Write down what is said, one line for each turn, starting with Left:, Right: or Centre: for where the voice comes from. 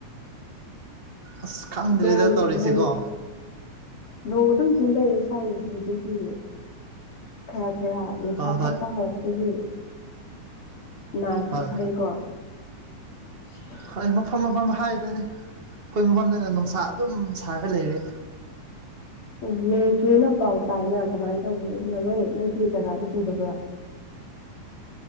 Right: ꯑꯁ ꯈꯪꯗ꯭ꯔꯦꯗ
Left: ꯅꯣꯡ
Right: ꯇꯧꯔꯤꯁꯤꯀꯣ
Left: ꯅꯣꯡ ꯅꯣꯡ ꯑꯗꯨꯝ ꯆꯨ ꯂꯩꯔꯦ ꯁ꯭ꯋꯥꯏꯖꯤꯗꯨꯒꯤ ꯈꯔ ꯈꯔ ꯅꯨꯡꯁꯥ
Right: ꯍꯣꯏ
Left: ꯊꯣꯛꯄ
Right: ꯍꯣꯏ
Left: ꯍꯧꯔꯛꯄꯒꯤ ꯅꯔꯗꯈꯥꯏꯅꯤꯀꯣ
Right: ꯍꯣꯏ
Left: <unintelligible>
Right: ꯍꯣꯏ ꯃꯐꯝ ꯃꯐꯝ ꯍꯥꯏꯗꯅꯤ ꯑꯩꯈꯣꯏ ꯃꯐꯝꯗꯅ ꯅꯨꯡꯁꯥ ꯑꯗꯨꯝ ꯁꯥꯔꯒ ꯂꯩꯔꯦ
Left: ꯎꯝ ꯅꯣꯡ ꯆꯨꯏꯅ ꯄꯥꯎ ꯇꯥꯏꯅ ꯀꯃꯥꯏꯅ ꯇꯧꯕꯅꯣ ꯑꯗꯨꯅ ꯅꯣꯏ ꯅꯣꯏꯒꯤ ꯖꯒꯥꯗ ꯆꯨꯗꯕ꯭ꯔꯣ